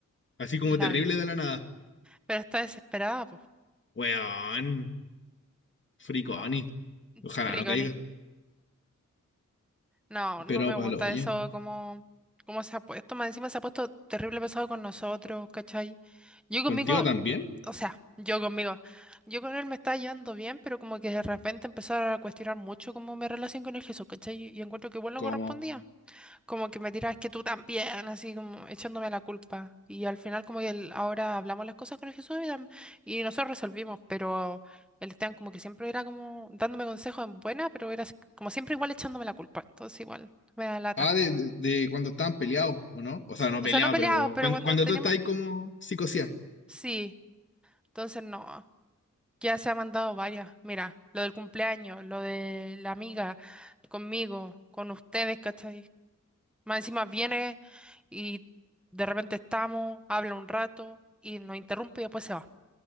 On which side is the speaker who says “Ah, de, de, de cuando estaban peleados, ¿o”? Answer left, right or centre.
Left